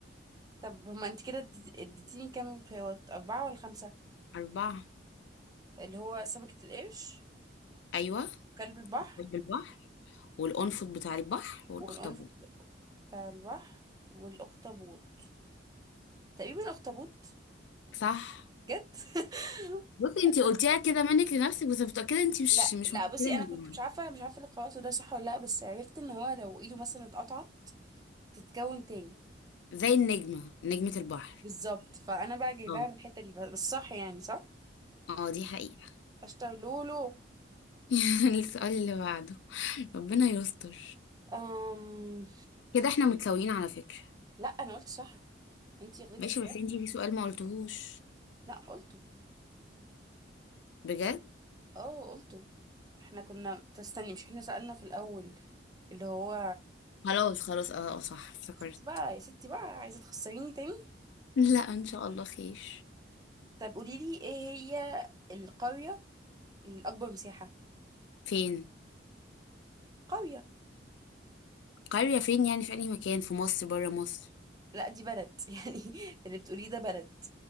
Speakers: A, on the right; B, on the left.
A: طب هما انت كده اديت- اديتيني كام خيارات أربعة ولا خمسة
B: اربعة
A: اللي هو سمكة القرش
B: ايوه
A: وكلب البحر
B: قلب البحر والانفض بتاع البحر والاخطبوط
A: والقنفذ بتاع البحر والأخطبوط تقريبا أخطبوط
B: صح
A: جد
B: بصي
A: <laughs>
B: انتي قلتيها كده منك لنفسك بس متأكدة انتي مش
A: لا
B: مش
A: لا
B: متأكدة
A: بصي
B: منها
A: انا كنت مش عارفه مش عارفه الخواطر ده صح ولا لا بس عرفت ان هو لو ايده مثلا اتقطعت تتكون تاني
B: زي النجمة نجمة البحر
A: بالظبط فانا بقى جايباها
B: اه
A: من الحته دي بس صح يعني صح
B: اه دي حقيقة
A: اشتر لولو
B: <laughs> السؤال اللي بعده ربنا يستر
A: أم...
B: كده احنا متساويين على فكرة
A: لا انا قلت صح انتي غلطتي
B: ماشي
A: في
B: بس
A: واحد
B: انتي في سؤال ما قلتهوش
A: لا قلته
B: بجد
A: اه قلته احنا كنا تستني مش احنا سألنا في الاول اللي هو
B: خلاص خلاص اه آه، صح افتكرت
A: يا ستي بقى يا ستي بقى عايزه تخسريني تاني
B: لا ان شاء الله خير
A: طب قولي لي ايه هي القريه الاكبر مساحه
B: فين
A: قريه
B: قرية فين يعني في اي مكان في مصر برا مصر
A: لا دي بلد <laughs> يعني اللي بتقوليه ده بلد